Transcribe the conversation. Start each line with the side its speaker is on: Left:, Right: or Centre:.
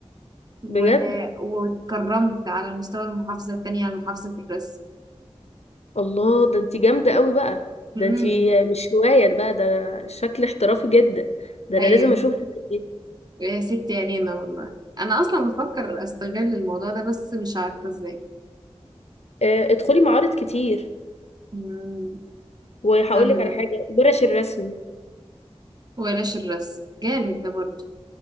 Right: و...
Left: بجد
Right: واتكرمت على مستوى المحافظة التانية على المحافظة في الرسم
Left: الله ده انت جامده قوي بقى
Right: مم.
Left: ده انت مش هوايه بقى ده شكل احترافي جدا ده
Right: ايوه
Left: انا لازم اشوف الحاجات دي
Right: يا ست عينينا والله انا اصلا بفكر استغل الموضوع ده بس مش عارفة ازاي
Left: آه، ادخلي معارض كتير
Right: مم.
Left: وهقول
Right: حلو
Left: لك على
Right: ده
Left: حاجه ورش الرسم
Right: ورش الرسم جامد ده برضو